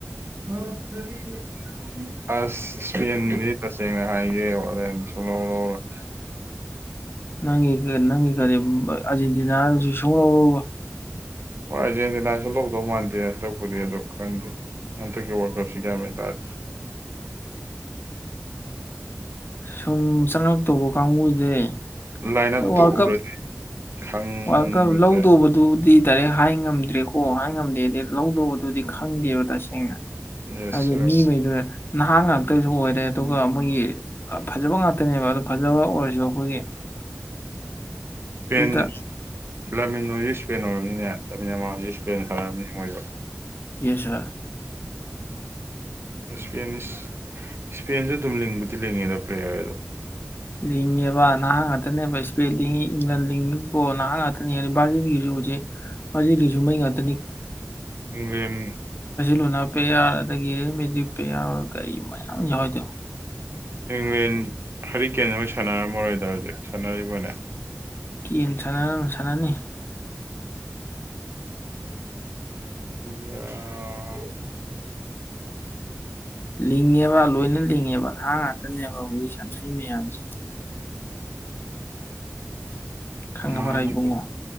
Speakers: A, on the right (about 55°); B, on the left (about 50°).
A: ꯑꯁ <unintelligible> ꯁꯦꯡꯅ ꯍꯥꯏꯒꯦ <unintelligible>
B: ꯅꯪꯒꯤ ꯅꯪꯒꯤ ꯀꯔꯤ ꯑꯥꯔꯖꯦꯟꯇꯤꯅꯥꯗꯁꯨ <unintelligible>
A: ꯍꯣꯏ ꯑꯥꯔꯖꯦꯟꯇꯤꯅꯥꯁꯨ ꯂꯧꯗꯧ ꯃꯥꯟꯗꯦ ꯍꯟꯗꯛꯄꯨꯗꯤ ꯑꯗꯨ ꯈꯪꯗꯦ ꯍꯟꯗꯛꯀꯤ ꯋꯥꯔꯀꯞꯁꯤ ꯀꯌꯥꯃꯦꯟ ꯇꯥꯗꯦ
B: ꯁꯨꯝ ꯆꯪꯉꯛꯇꯧꯕ ꯀꯥꯡꯕꯨꯁꯦ
A: ꯂꯥꯏꯅꯥꯇꯣ
B: ꯍꯣꯏ ꯋꯥꯔꯜ ꯀꯞ
A: ꯎꯔꯁꯤ ꯈꯪꯉꯁꯦ
B: ꯋꯥꯔꯜ ꯀꯞ ꯂꯧꯗꯧꯕꯗꯨꯕꯨꯗꯤ ꯗꯥꯏꯔꯦꯛ ꯍꯥꯏ ꯉꯝꯗ꯭ꯔꯦꯀꯣ ꯍꯥꯏ ꯉꯝꯗꯦꯗ ꯂꯧꯗꯧꯕꯗꯨꯗꯤ ꯈꯪꯗꯦꯕ ꯇꯁꯦꯡꯅ
A: ꯌꯦꯁ
B: ꯍꯥꯏꯗꯤ
A: ꯁꯔ
B: ꯃꯤꯉꯩꯗꯨꯅꯦ ꯅꯍꯥꯟ ꯉꯥꯛꯇꯁꯨ ꯑꯣꯏꯔꯦ ꯑꯗꯨꯒ ꯃꯣꯏꯒꯤ ꯐꯖꯕ ꯉꯇ ꯇꯅꯦꯕ ꯑꯗꯣ ꯐꯖꯕ ꯑꯣꯏꯔꯁꯨ ꯑꯩꯈꯣꯏꯒꯤ
A: <unintelligible> ꯀꯩꯅ
B: ꯍꯦꯛꯇ
A: ꯑꯣꯏꯔꯝꯅꯤꯅꯦ ꯑꯃ ꯏꯁꯄꯦꯟ ꯈꯜꯅꯤ ꯃꯣꯏꯗꯣ
B: ꯌꯦꯁꯔ
A: <unintelligible> ꯏꯁꯄꯦꯟꯁꯨ ꯑꯗꯨꯝ ꯂꯤꯡꯕꯕꯨꯗꯤ ꯂꯤꯡꯉꯦꯗ ꯄ꯭ꯂꯦꯌꯔ ꯑ ꯑꯗꯨ
B: ꯂꯤꯡꯉꯦꯕ ꯅꯍꯥꯟ ꯉꯥꯛꯇꯅꯦꯕ ꯏꯁꯄꯦꯟ ꯂꯤꯡꯉꯤ ꯏꯪꯂꯦꯟ ꯂꯤꯡꯉꯤꯀꯣ ꯅꯍꯥꯟ ꯉꯥꯛꯇꯅꯦ ꯍꯥꯏ ꯕꯥꯔꯖꯤꯟꯒꯤꯁꯨ ꯍꯧꯁꯦ ꯍꯧꯖꯤ ꯀꯁꯨꯨ ꯃ ꯌꯥꯗ
A: ꯏꯪꯂꯦꯟ
B: ꯂꯨꯅ ꯄꯦꯌꯥꯔ ꯑꯗꯒꯤ ꯔꯦꯃꯦꯗꯤ ꯄꯦꯌꯥꯔ ꯀꯩ ꯃꯌꯥꯝ ꯌꯥꯎ ꯍꯥꯏꯗꯣ
A: ꯃ ꯍꯔ ꯀꯦꯅ ꯁꯥꯟꯅꯔꯝꯃꯔꯣꯏꯗ ꯍꯧꯖꯤꯛ ꯁꯥꯟꯅꯔꯤꯕꯅꯦ
B: ꯀ ꯁꯥꯟꯅꯔ ꯁꯥꯟꯅꯅꯤ
A: ꯑ
B: ꯂꯤꯡꯉꯦꯕ ꯂꯣꯏꯅ ꯂꯤꯡꯉꯦꯕ ꯍꯕꯕꯨ ꯁꯥꯟ ꯁꯤ ꯃꯌꯥꯝꯁꯤ ꯈꯪꯉꯕꯔꯥ
A: ꯃꯥꯅꯤ
B: ꯏꯕꯨꯡꯉꯣ